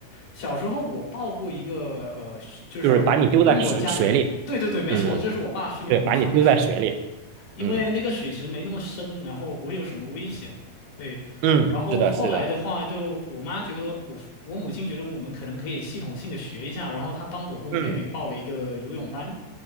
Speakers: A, on the left; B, on the right.
A: 小时候我报过一个呃，就是跟我家人。
B: 就是啊把你丢在水水里。
A: 对对对，没错，
B: 嗯，
A: 这是我爸训练我们的方式。
B: 对，把你丢在水里。
A: 因为那个水池没那么深，
B: 嗯
A: 然后不会有什么危险。对，
B: 嗯，
A: 然后后来的话就，
B: 是的，是的。
A: 我妈觉得我我母亲觉得我们可能可以系统性的学一下，然后她帮我跟我妹妹报了一个游泳班，
B: 嗯